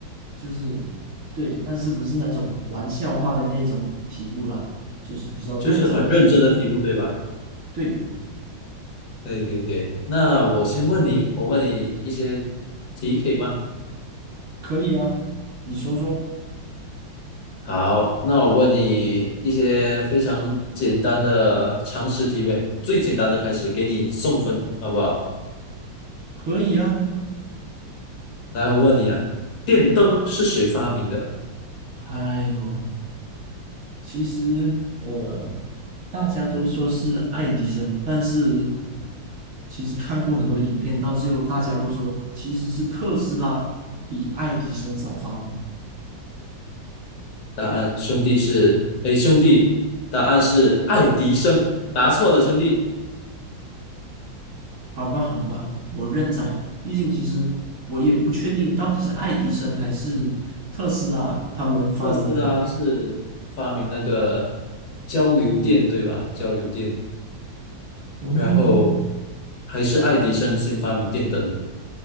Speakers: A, on the right; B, on the left.
A: 就是对，但是不是那种玩笑话的那种题目啦，就是比较认真的题目。
B: 就是很认真的题目对吧？
A: 对，
B: 可以可以可以，那我先问你，我问你一些题可以吗？
A: 可以啊，你说说，
B: 好，那我问你一些非常简单的常识题呗，最简单的开始，给你送分，好不好？
A: 可以啊。
B: 来，我问你啊，电灯是谁发明的？
A: 哎呦，其实呃，大家都说是爱迪生，但是其实看过很多影片，到最后大家都说其实是特斯拉比爱迪生早发明。
B: 答案兄弟是，哎，兄弟，答案是爱迪生，答错了，兄弟。
A: 好吧，好吧，我认栽。毕竟其实我也不确定到底是爱迪生还是特斯拉他们发明的。
B: 特斯拉是发明那个交流电，对吧？交流电，
A: 哦，
B: 然后还是爱迪生先发明电灯的，